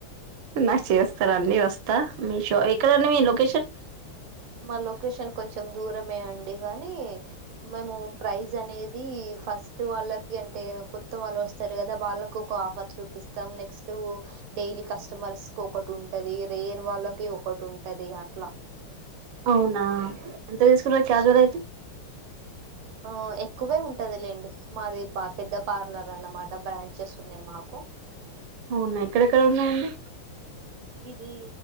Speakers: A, on the right; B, on the right.
A: నాకు చేస్తారాండి వస్తా మీ షా ఎక్కడండి మీ లొకేషన్
B: మా లొకేషన్ కొంచెం దూరమే అండి కానీ మేము ప్రైస్ అనేది ఫస్ట్ వాళ్ళకి అంటే కొత్త వాళ్ళు వస్తారు కదా వాళ్ళకి ఒక ఆఫర్ చూపిస్తాం నెక్స్ట్ డైలీ కస్టమర్స్కి ఒకటి ఉంటది రేర్ వాళ్ళకి ఒకటి ఉంటది అట్ల
A: అవునా ఎంత తీసుకుటరు క్యాజువల్ అయితే
B: ఉ ఎక్కువె ఉంటదిలేండి మాది పా పెద్ద పార్లర్ అన్నమాట బ్రాంచెస్ ఉన్నాయి మాకు
A: అవునా ఎక్కడెక్కడ ఉన్నాయండి
B: ఇది